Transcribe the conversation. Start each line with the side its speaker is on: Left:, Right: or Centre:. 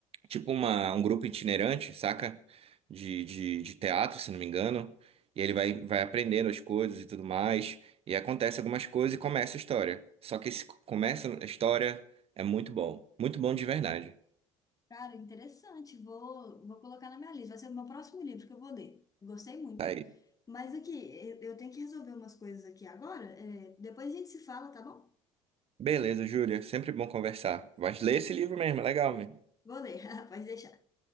Right: tipo uma, um grupo itinerante, saca? De, de, de teatro, se não me engano. E ele vai, vai aprendendo as coisas e tudo mais. E acontece algumas coisas e começa a história. Só que esse começa a história é muito bom. Muito bom de verdade.
Left: Cara, interessante, vou, vou colocar na minha lista, vai ser o meu próximo livro que eu vou ler. Gostei muito.
Right: Tá aí.
Left: Mas aqui, eu eu tenho que resolver umas coisas aqui agora, é, depois a gente se fala, tá bom?
Right: Beleza, Júlia. Sempre bom conversar. Mas lê esse livro mesmo, é legal mesmo.
Left: Vou ler, <laughs> pode deixar.